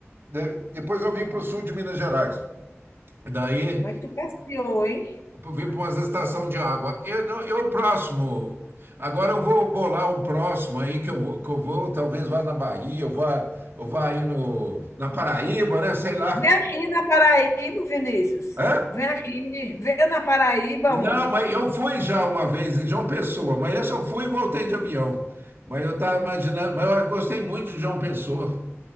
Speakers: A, on the right (about 45°); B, on the left (about 70°).
A: de- depois eu vim para o sul de Minas Gerais. E Daí
B: Mas tu passeou, hein?
A: eu vim para uma estação de água. Eu, não- eu próximo. Agora eu vou bolar um próximo aí que eu vou, que eu vou talvez vá na Bahia, eu vá, eu vá aí no, na Paraíba, né? Sei lá.
B: Vem aqui na Paraíba, Vinícius.
A: Hã?
B: Vem aqui, vem na Paraíba,
A: Não,
B: homem.
A: mas eu fui já uma vez em João Pessoa, mas essa eu fui e voltei de avião. Mas eu estava imaginando, mas eu gostei muito de João Pessoa.